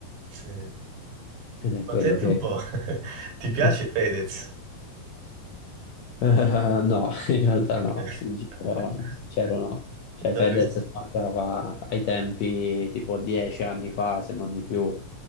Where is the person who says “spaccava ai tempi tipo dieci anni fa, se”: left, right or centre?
Left